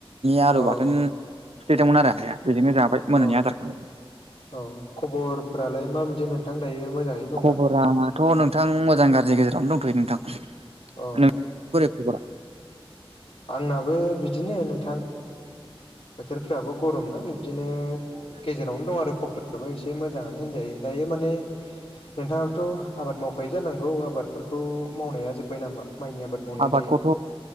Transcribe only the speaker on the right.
नि आलु
बाथोन
सिफ्लेदोंमोन आरो आइया बेजोंनो जाबाय मोनानि
आदारखौ।
खबराथ' नोंथां मोजां गाज्रि गेजेरावनो दंथ'यो नोंथां।
नों बोरै खबरा?
आबादखौथ'